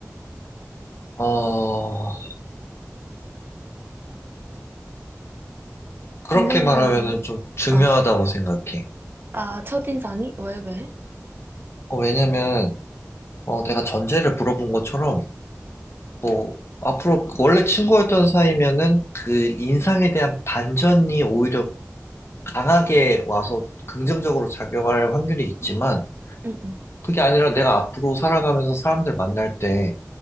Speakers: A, on the left (about 50°); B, on the right (about 40°).
A: 어, 그렇게
B: 인간관계,
A: 말하면은 좀 중요하다고
B: 어,
A: 생각해.
B: 아, 첫인상이? 왜, 왜?
A: 어, 왜냐면, 어, 내가 전제를 물어본 것처럼, 뭐, 앞으로 원래 친구였던 사이면은 그 인상에 대한 반전이 오히려 강하게 와서 긍정적으로 작용할 확률이 있지만,
B: 응, 응,
A: 그게 아니라 내가 앞으로 살아가면서 사람들 만날 때